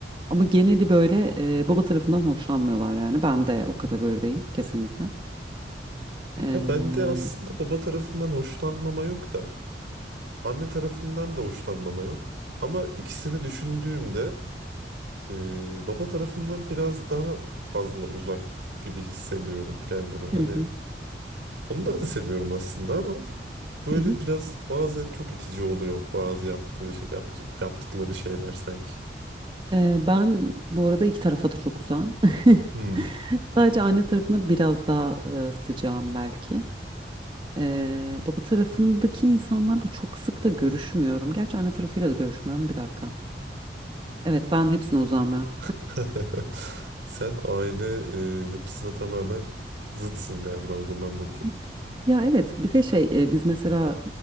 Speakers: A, on the right; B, on the right.
A: Ama geneli böyle e, baba tarafından hoşlanmıyorlar yani. Ben de o kategorideyim kesinlikle. E,
B: Ya ben de aslında baba tarafından hoşlanmama yok da. Anne tarafından da hoşlanmama yok. Ama ikisini düşündüğümde e, baba tarafından biraz daha fazla uzak gibi hissediyorum kendime. Hani
A: hı hı,
B: onları da seviyorum aslında ama böyle
A: hı hı.
B: biraz bazen çok itici oluyor bazı yaptığı şey, yaptı- yaptıkları şeyler sanki.
A: E, ben bu arada iki tarafa da çok uzağım. <laughs>
B: Hmm.
A: Sadece anne tarafına biraz daha e, sıcağım belki. Ee, baba tarafındaki insanlarla çok sık da görüşmüyorum. Gerçi anne tarafıyla da görüşmüyorum. Bir dakika. Evet ben hepsine uzağım ya.
B: <laughs> Sen aile e, yapısına tamamen zıtsın galiba o zaman Burcu.
A: <laughs> Ya evet bir de şey e, biz mesela